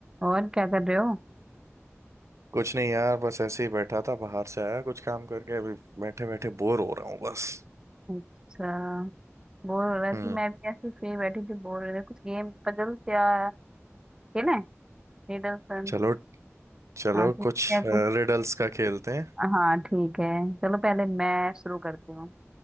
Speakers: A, on the right; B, on the right.
A: और क्या कर रहे हो
B: कुछ नहीं यार बस ऐसे ही बैठा था बाहर से आया कुछ काम करके अभी बैठे बैठे बोर हो रहा हूँ बस
A: अच्छा बोर हो रहा थी
B: हम्म
A: मैं भी ऐसे फ्री बैठी थी बोर हो रही थी कुछ गेम पजल्स या खेलें रिडल सन
B: चलो चलो
A: हाँ खेलते
B: कुछ
A: हैं कुछ
B: रिडल्स का खेलते हैं
A: हाँ ठीक है चलो पहले मैं शुरू करती हूँ